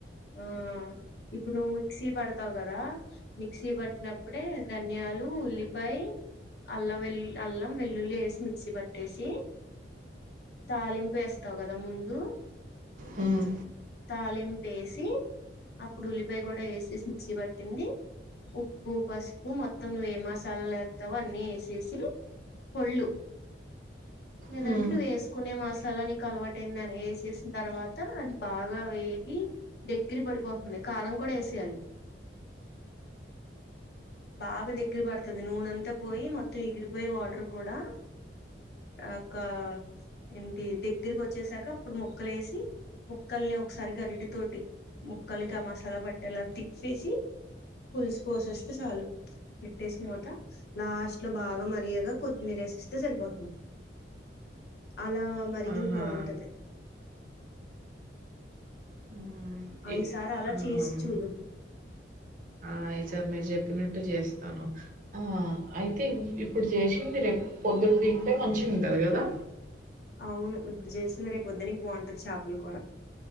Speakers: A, on the left; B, on the right.
A: ఆ ఇప్పుడు నువ్వు మిక్సీ పడతావ్ గదా మిక్సీ పట్టినప్పుడే ధనియా ఉల్లిపాయ్ అల్లం వెల్ అల్లం వెల్లుల్లి ఏసి మిక్సీ పట్ పెట్టేసి తాలింపెస్తావు కదా ముందు
B: హ్మ్.
A: తాలింపెసి అప్పుడు ఉల్లిపాయ కుడా ఏసేసి మిక్సీ పట్టింది. ఉప్పు, పసుపు మొత్తం నువెం మసాలాలేత్తావొ అన్నీ ఏసేసి పళ్లు లేదంటే
B: హ్మ్.
A: నువెస్కునే మసాలా నీకు అలవాటందన్ని వేసేసిన తర్వాత అది బాగా వేగి దగ్గర పడ్పోతుంది కారం కుడా ఏసేయాలి. బాగా దగ్గర పడతది నూనంతా పోయి మొత్తం ఎగిరిపోయి వాటర్ కుడా ఒక ఏంటి దగ్గకొచ్చేసాక అప్పుడ్ ముక్కలేసి ముక్కల్ని ఒకసారి గరిట తోటి ముక్కలుగా మసాలా పట్టేలా తిప్పేసి పులుసు పోసేస్తే చాలు పెట్టేస్ మూత లాస్ట్ లో బాగా మరిగేదా కొత్మీరెసేస్తే సరిపో అలా మరిగింద్
B: ఆహా!
A: బాగుంటది.
B: హ్మ్. ఇ
A: ఐసారా అలా
B: ఆ!
A: చేస్ చూడు
B: ఆ ఈసారి మీరు చెప్పినట్టు చేస్తాను ఆ అయితే ఇప్పుడు చేసింది రేప్ పొద్ ఇప్పుడ్ తింటే కొంచం ఉంటది కదా
A: అవును ఇప్పుడు చేసినవి రేప్ పొద్దడికి బాగుంటది చాపల కూర